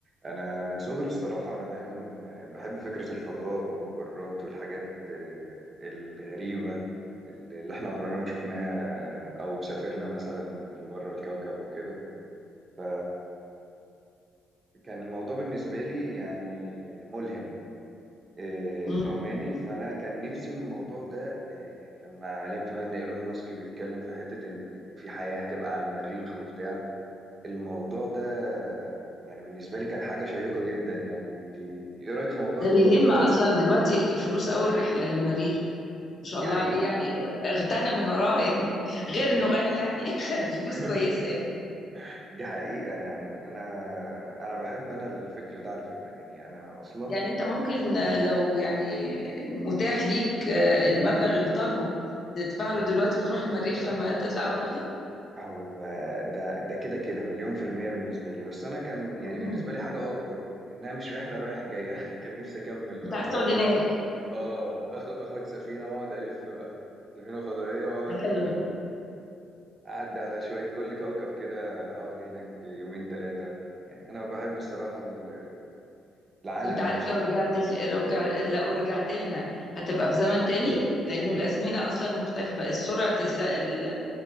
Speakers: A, on the right; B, on the left.
A: انا من صغري الصراحه انا دايما بحب فكره الفضاء والمجرات والحاجات آه، الغريبه اللي اللي احنا عمرنا ما شفناها او سافرنا مثلا لبره الكوكب وكده ف كان الموضوع بالنسبه لي يعني ملهم آه،
B: مم.
A: فهماني فانا كان نفسي من الموضوع ده آه، يعني لما علمت بقى ان ايلون ماسك بيتكلم في حته ان في حياه هتبقى على المريخ وبتاع الموضوع ده يعني بالنسبة لي كان حاجة شيقة جدا يعني انت ايه رأيك في موضوع
B: ده
A: الفضاء
B: بيلم
A: ده اصلا
B: اصلا دلوقتي فلوس اول رحله للمريخ ما شاء الله
A: دي حقيقة
B: عليه يعني اغتنى من وراها يعني <laughs>
A: آه،
B: غير
A: دي
B: انه غني يعني <laughs> خد فلوس
A: <laughs>
B: كويسه يعني
A: دي حقيقة يعني أنا أنا بحب أنا الفكر ده على فكرة يعني أنا أصلا
B: يعني انت ممكن آه، لو يعني متاح ليك آه، المبلغ اللي طالبه تدفع له دلوقتي وتروح المريخ لما تطلع اول رحله
A: هو ده ده كده كده مليون في المية بالنسبة لي بس أنا كان يعني
B: مم.
A: بالنسبة لي حاجة أكبر إنها مش رحلة رايح جاية <laughs> كان نفسي أكمل
B: انت
A: بقى
B: عايز
A: فاهمة
B: تقعد هناك
A: آه آخ- آخد سفينة وأقعد ألف بقى سفينة فضائية وأقعد
B: ده حلو
A: أعدي على شوية كل كوكب كده أقعد هناك يومين ثلاثة يعني أنا بحب الصراحة ال- العالم
B: انت عارف
A: ده
B: لو رجعت ال- لو رجع- لو رجعت لنا هتبقى في زمن تاني لانه الازمنه اصلا مختلفه سرعه الز... ال-